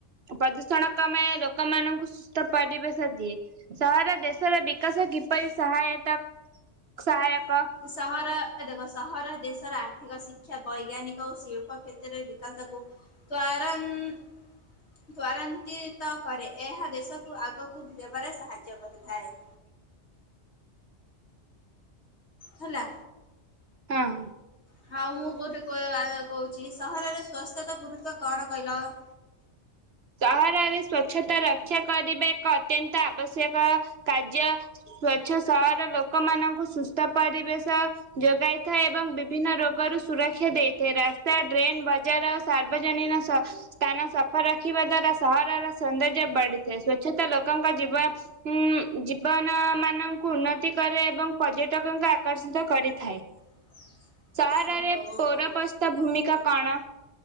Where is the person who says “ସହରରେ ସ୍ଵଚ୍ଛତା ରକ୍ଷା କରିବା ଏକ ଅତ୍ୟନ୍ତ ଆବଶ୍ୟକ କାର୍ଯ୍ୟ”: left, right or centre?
Right